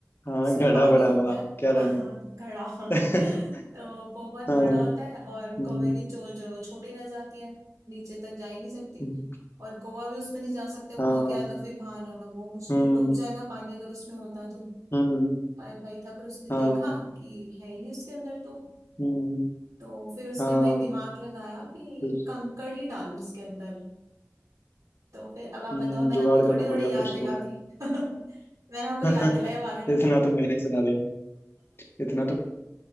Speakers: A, on the left; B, on the right.
A: हाँ
B: इसमें
A: घड़ा
B: पानी
A: बड़ा
B: होता
A: वाह
B: है
A: क्या
B: हाँ,
A: रहा
B: हाँ, कड़ा
A: मैं
B: <laughs>
A: <laughs>
B: तो वो बहुत
A: हाँ
B: बड़ा होता है और
A: हम्म
B: कौवे की चोंच छोटी रह जाती है नीचे तक जा ही नहीं सकती
A: हम्म,
B: और कौवा भी उसमें नहीं जा सकता
A: हाँ
B: वो क्या तो फिर बाहर आना वो मुश्किल
A: हम्म
B: डूब जाएगा पानी अगर उसमें होता तो
A: हम्म
B: पर वही था फिर उसने
A: हाँ
B: देखा कि है ही नहीं उसके अंदर तो
A: हम्म
B: तो फिर उसने
A: हाँ
B: वही दिमाग लगाया कि
A: कुछ
B: कंकड़ ही डालूं इसके अंदर तो फिर अब आप
A: हम्म
B: बताओ मैंने
A: जुगाड़
B: आपको थोड़ी
A: करना
B: थोड़ी
A: पड़ेगा
B: याद
A: कुछ
B: दिला
A: तो
B: दी <laughs> मैंने आपको
A: <laughs>
B: याद दिलाया अब आगे बताओ
A: इतना तो मैंने सुना दिया इतना तो